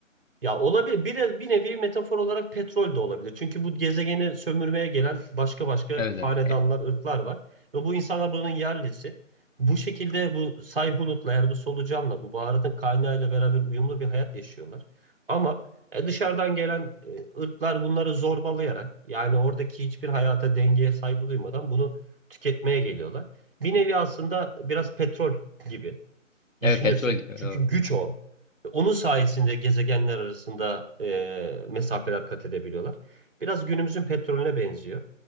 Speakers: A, on the right (about 45°); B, on the left (about 75°).
A: Ya olabilir. Bir, bir nevi metafor olarak petrol de olabilir. Çünkü bu gezegeni sömürmeye gelen başka başka
B: Evet
A: hanedanlar,
B: evet. E,
A: ırklar var. Ve bu insanlar buranın yerlisi. Bu şekilde bu Sayhunut'la eğer bu solucanla, bu baharatın kaynağıyla beraber uyumlu bir hayat yaşıyorlar. Ama e, dışarıdan gelen e, ırklar bunları zorbalayarak yani oradaki hiçbir hayata dengeye saygı duymadan bunu tüketmeye geliyorlar. Bir nevi aslında biraz petrol gibi
B: Evet
A: düşünürsek
B: petrol gibi
A: çünkü
B: doğru.
A: güç o. Ve Onun sayesinde gezegenler arasında e, mesafeler kat edebiliyorlar. Biraz günümüzün petrolüne benziyor.